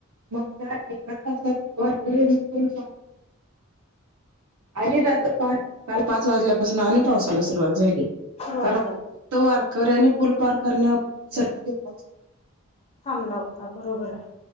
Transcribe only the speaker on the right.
मग त्या एका तासात भरपूर. <inaudible> आणि रात पहाटे काल पाच वाजल्यापासून आणि पावसाला सुरुवात झाली
कारण
तो वारकर्यांनी पूल पार करण्यासाठी ते <unintelligible>